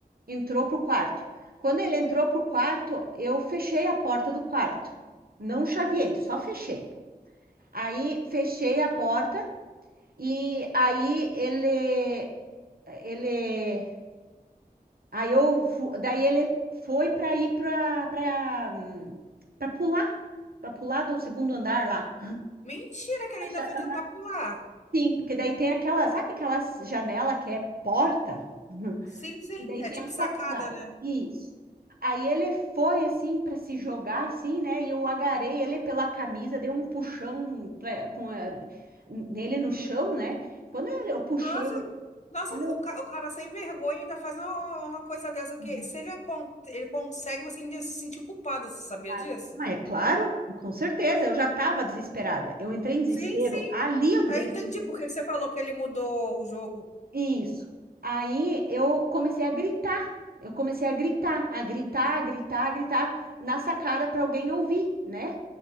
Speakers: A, on the right; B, on the left.
A: Entrou pro quarto. Quando ele entrou pro quarto, eu fechei a porta do quarto. Não chaveei, só fechei. Aí fechei a porta e aí ele ele aí eu fu- daí ele foi para ir para para para pular, para pular do segundo andar lá.
B: Mentira que ele
A: <laughs>
B: ainda foi tentar pular.
A: Sim, porque daí tem aquela, sabe aquela janela que é porta? <laughs>
B: Sim, sim,
A: E daí
B: é
A: tem
B: tipo
A: a sacada.
B: sacada, né?
A: Isso. Aí ele foi assim para se jogar assim, né? E eu agarrei ele pela camisa, dei um puxão pra, com a- nele no chão, né? Quando ele- eu puxei
B: Nossa,
A: ele,
B: nossa,
A: quando eu-
B: o, ca- o cara sem vergonha ainda faz uma, uma coisa dessa
A: Uhum.
B: que se ele, con- ele consegue, você ainda se sentir culpado, você sabia
A: Mas
B: disso?
A: mas é claro, com certeza, eu já estava desesperada. Eu entrei em desespero.
B: Sim, sim.
A: Ali eu entrei
B: Eu entendi por que que você falou que ele mudou o jogo.
A: Isso. Aí eu comecei a gritar. Eu comecei a gritar, a gritar, a gritar, a gritar na sacada para alguém ouvir, né?